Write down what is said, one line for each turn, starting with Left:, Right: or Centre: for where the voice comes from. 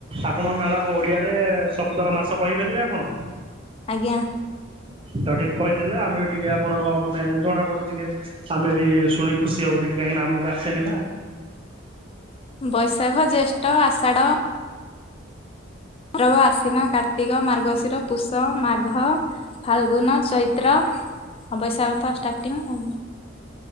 Right: ଆପଣ ମ୍ୟାଡାାମ ଓଡିଆରେ ସବୁ ତ ମାସ କହିପାରିବେ ଆପଣ?
Left: ଆଜ୍ଞା।
Right: ତ ଟିକେ କହିଦେଲେ ଆମେ ବି ଟିକେ ଆପଣଙ୍କ ମାନେ ଜଣାପଡୁ ଟିକେ ଆମେ ବି ଶୁଣି ଖୁସି ହବୁ ଟିକେ କାହିଁକି ନା ଆମକୁ ଆସେନି ନା।
Left: ବୈଶାଖ, ଜ୍ୟେଷ୍ଠ, ଆଷାଢ ଭାଦ୍ରବ, ଆଷିନ, କାର୍ତ୍ତିକ, ମାର୍ଗଶିର, ପୌଷ, ମାଘ ଫାଲଗୁନ, ଚୈତ୍ର, ବୈଶାଖଥ ଷ୍ଟାର୍ଟିଂ ଆଉ